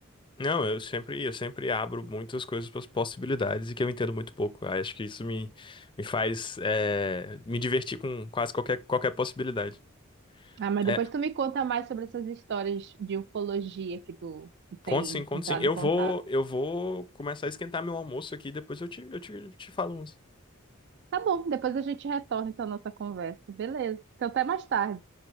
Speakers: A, on the left; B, on the right.
A: Não, eu sempre, eu sempre abro muitas coisas para as possibilidades e que eu entendo muito pouco. Aí Acho que isso me, me faz eh, me divertir com quase qualquer, qualquer possibilidade.
B: Ah, mas
A: É,
B: depois tu me conta mais sobre essas histórias de ufologia que tu, tu
A: conto
B: tem
A: sim, conto
B: entrado
A: sim. Eu
B: em contato.
A: vou, eu vou começar a esquentar meu almoço aqui, depois eu te, eu te, te falo uns.
B: Tá bom, depois a gente retorna então a nossa conversa. Beleza. Então até mais tarde.